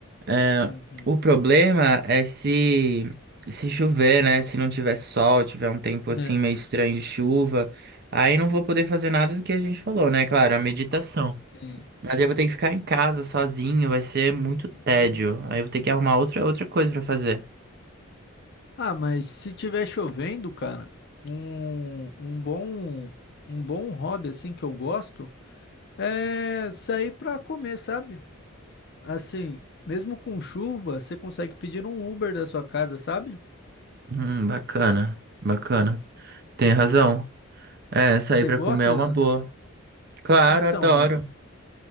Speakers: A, on the right; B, on the left.
A: É,
B: Uhum.
A: o problema é se se chover, né? Se não tiver sol, tiver um tempo
B: É,
A: assim meio estranho de chuva, aí não vou poder fazer nada do que a gente falou, né? Claro, a meditação.
B: sim.
A: Mas aí eu vou ter que ficar em casa sozinho, vai ser muito tédio.
B: Hum,
A: Aí eu vou ter que arrumar outra, outra coisa pra fazer.
B: Ah, mas se tiver chovendo, cara, um, um bom um bom hobby assim que eu gosto É sair pra comer, sabe? Assim, mesmo com chuva, você consegue pedir um Uber da sua casa, sabe?
A: Hum, bacana, bacana. Tem razão. É, sair
B: Você
A: pra
B: gosta?
A: comer é uma boa. Claro,
B: Então,
A: adoro.